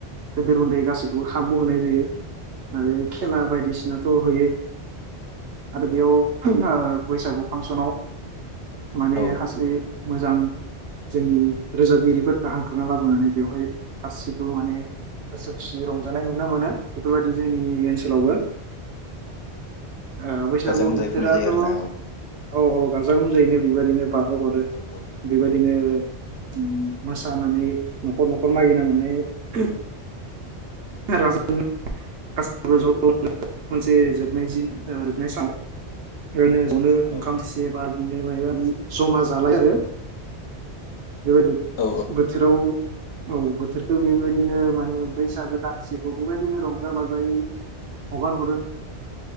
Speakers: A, on the right; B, on the left.
A: गेदेर उन्दै गासैखौबो खाबु होनाय जायो। आरो खेला
B: औ
A: बायदिसिनाथ' होयो। आरो बेयाव
B: औ
A: ओ बैसागु फांस'नाव <inaudible> माने
B: औ
A: खासे मोजां जोंनि रोजाबगिरिफोरखौ हांख्राना लाबोनानै बेवहाय गासिखौबो माने गोसो खुसिय रंजानाय नुनो मोनो। बेफोरबायदि जोंनि ओनसोलावबो <inaudible> ओ बैसागु
B: गाजा गोमजायै
A: बोथोराथ'
B: खुंनाय जायो आरोना
A: औ औ गाजा गोमजायैनो बेबायदिनो। बाहोहरो
B: औ
A: बेबायदिनो उम मोसानानै न'खर न'खर मागिना मोननाय <unintelligible> <unintelligible> गासैखौबो ज'नो मोनसे जोबनाय जिन ओ जोबनाय सानाव होनो जनो ओंखाम
B: औ
A: थिसेबा। बिनो मायबा मायबि जमा जालाय आरो। बेबायबो
B: औ
A: बोथोराव औ बोथोरखो बेबायदिनो माने बैसागु दानसेखौ बेबायदिनो रं जा बाजायै हगारहरो।